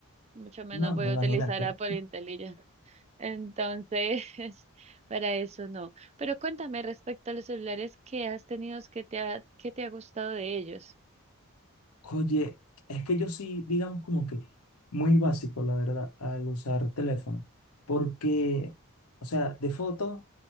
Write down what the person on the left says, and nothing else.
No,
imagínate.
Oye, es que yo sí, digamos como que muy básico, la verdad, al usar teléfono. Porque, o sea, de fotos.